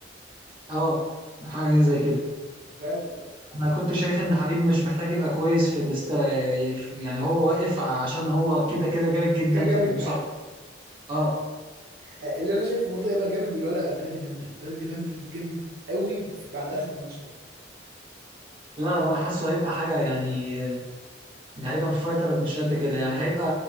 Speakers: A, on the right (about 30°); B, on the right (about 55°).
A: اه حاجه زي كده
B: فاهم
A: انا كنت شايف ان حبيب مش محتاج يبقى كويس في الاست في- يعني هو واقف عشان هو كده كده جامد جدا
B: كان جامد
A: في المصارعه
B: تحت
A: اه
B: اللي انا شايفه برضه هيبقى جامد الولا بادي بامبلي بادي بامبلي جامد قوي بعد اخر ماتش ده
A: لا لا انا حاسه هيبقى حاجه يعني هيبقى فايتر مش قد كده يعني هيبقى